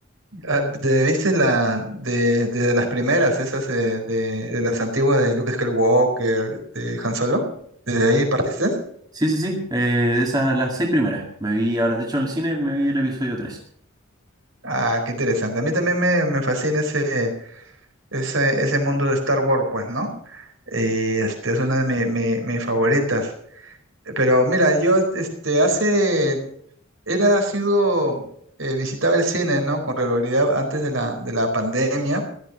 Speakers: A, on the right; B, on the right.
A: Ah, ¿te ¿Viste la de, de las primeras, esas eh, de, de las antiguas de Luke Skywalker, de Han Solo? ¿Desde ahí partiste?
B: Sí, sí, sí, eh, esas las seis primeras. Me vi ahora, de hecho en el cine me vi el episodio
A: Ah, qué interesante. A mí también me, me fascina ese, ese, ese mundo de Star Wars, pues, ¿no? Y este es una de mi- mi- mis favoritas. Pero mira, yo este hace Era, ha sido, eh, visitaba el cine, ¿no? Con regularidad antes de la, de la pandemia,